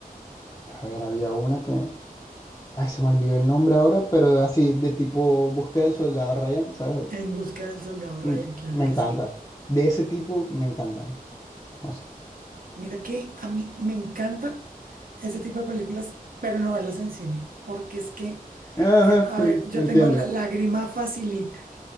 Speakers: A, on the left (about 20°); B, on the right (about 70°).
A: a ver, había una que, ay, se me olvidó el nombre ahora, pero así de tipo Búsqueda del Soldado Ryan, ¿sabes? cuál?
B: En busca del soldado Ryan,
A: Mm,
B: claro
A: Me
B: que
A: encanta.
B: sí.
A: De ese tipo me encantan. Así.
B: Mira que a mí me encantan ese tipo de películas, pero no verlas en cine, porque es que,
A: Ajá,
B: eh, a
A: <laughs>
B: ver, yo
A: me
B: tengo
A: entiendo.
B: la lágrima facilita,